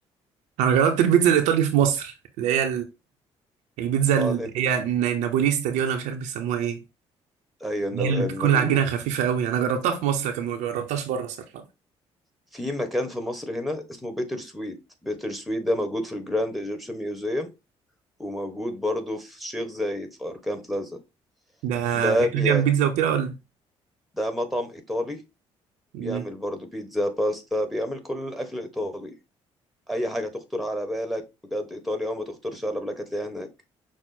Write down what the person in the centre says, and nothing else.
اه لا،
ايوه الناب-
النابولي
في مكان في مصر هنا اسمه بيتر سويت بيتر سويت ده موجود في الجراند ايجيبشن ميوزيوم وموجود برضه في شيخ زايد في اركان بلازا
ده
بي...
ده مطعم ايطالي
بيعمل برضو بيتزا باستا بيعمل كل الاكل الايطالي اي حاجه تخطر على بالك بجد ايطاليا او ما تخطرش على بالك هتلاقيها هناك